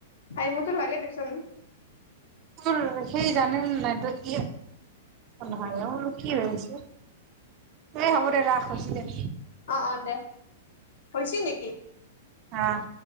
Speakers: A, on the left (about 70°); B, on the right (about 40°).
A: আহিবতো লাগে দেচোন
B: তোৰ সেই জানিম নাই কি নহয়োৰ কি হৈছে এ হব দে ৰাস হৈছে দে
A: অ অ দে হৈছে নেকি এক
B: আহ